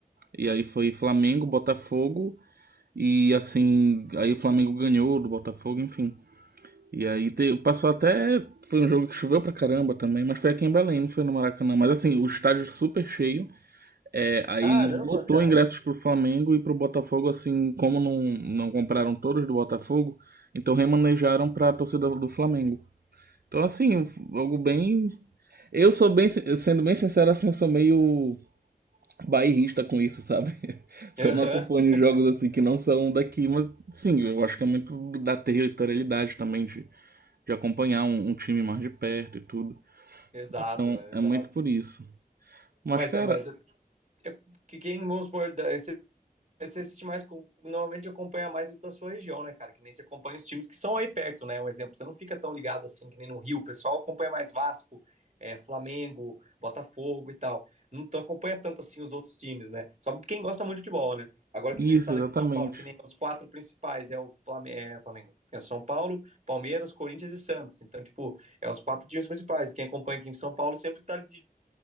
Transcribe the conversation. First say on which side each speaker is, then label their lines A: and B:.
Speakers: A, on the right; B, on the right.
A: E aí foi Flamengo, Botafogo e assim, aí o Flamengo ganhou do Botafogo, enfim. E aí te- passou até. Foi um jogo que choveu pra caramba também, mas foi aqui em Belém, não foi no Maracanã. Mas assim, o estádio é super cheio. É, aí
B: Caramba,
A: esgotou
B: cara.
A: ingressos pro Flamengo e pro Botafogo, assim, como não, não compraram todos do Botafogo, então remanejaram pra torcida do Flamengo. Então, assim, algo bem. Eu sou bem, sin- sendo bem sincero, assim, eu sou meio bairrista com isso, sabe? <laughs> Então
B: Aham,
A: não acompanho
B: <laughs>
A: jogos assim que não são daqui, mas sim, eu acho que é muito da territorialidade também de de acompanhar um, um time mais de perto e tudo.
B: Exato,
A: Então
B: mano,
A: é
B: exato.
A: muito por isso. Mas,
B: Mas,
A: cara,
B: mas é, é, que quem, vamos supor, da- esse- você assiste mais, normalmente acompanha mais o da sua região, né, cara? Que nem você acompanha os times que são aí perto, né? Um exemplo, você não fica tão ligado assim que nem no Rio, o pessoal acompanha mais Vasco, é, Flamengo, Botafogo e tal. Não acompanha tanto assim os outros times, né? Só quem gosta muito de futebol, né? Agora que
A: isso
B: no estado
A: exatamente.
B: aqui de São Paulo, que nem os quatro principais, é o é, Flamengo, é São Paulo, Palmeiras, Corinthians e Santos. Então, tipo, é os quatro times principais. Quem acompanha aqui em São Paulo sempre tá de